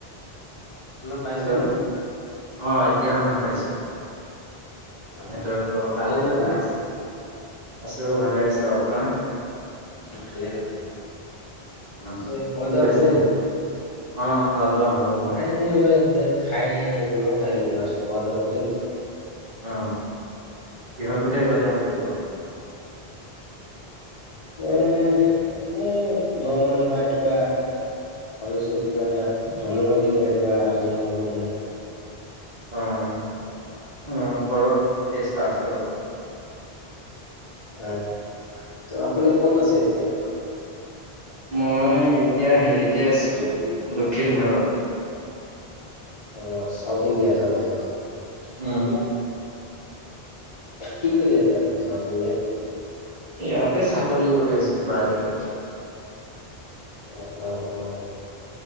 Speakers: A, on the left (about 35°); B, on the right (about 45°).
A: শুনা পাইছেনে
B: হেল্ল'। অ' এতিয়া শুনা পাইছোঁ।
A: অ
B: নেটৱৰ্কৰ
A: অ
B: অলপ
A: ভালনে
B: আপডাউন
A: দাদা
B: হৈছে। আছোঁ ভালে আছোঁ, আপোনাৰ?
A: ভালে ভালে।
B: অ
A: পিছে খোৱা
B: কি
A: দোৱা
B: কৰিছে
A: হ'ল?
B: অ' খোৱা দোৱা হ'ল। মোৰ
A: এনে মই যে খাই ৰুমত আহিলোঁ জাষ্ট খোৱা দোৱা কৰি।
B: অ' কিহৰ বিষয়ে কথা পাতিব?
A: এ, এনেই ভ্ৰমণ বা কিবা ভাবিছোঁ কিবা এটা ভ্ৰমণৰ বিষয়ে কিবা আলোচনা কৰোঁ মানে।
B: অ', অ' কৰক তেতিয়া ষ্টাৰ্ট কৰক।
A: অ' তে আপুনি ক'ত আছে এতিয়া?
B: মই এতিয়া হেৰিতে আছোঁ দক্ষিণ ভাৰত।
A: অ' চাউথ ইণ্ডিয়া তাৰমানে।
B: উম।
A: কি কৰি আছে আপুনি চাউথ ইণ্ডিয়াত?
B: ইয়াতে চাকৰি কৰি আছোঁ প্ৰাইভেটত।
A: উ, উম, উম।